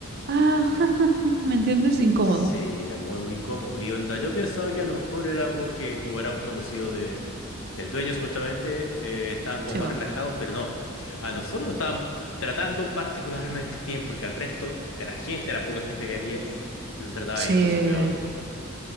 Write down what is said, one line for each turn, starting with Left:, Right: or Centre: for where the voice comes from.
Right: ah, <laughs> ¿me entiendes? Incómodo.
Left: Sí, era muy, muy incómodo. Y onda, yo pensaba que a lo mejor era porque, como éramos conocidos de, del dueño, supuestamente, eh, estaban como
Right: Sí,
Left: más
Right: va.
Left: relajados, pero no. A nosotros nos estaban tratando particularmente <laughs> bien, porque al resto de la gente, la poca gente que había, los trataba
Right: Sí.
Left: incluso peor.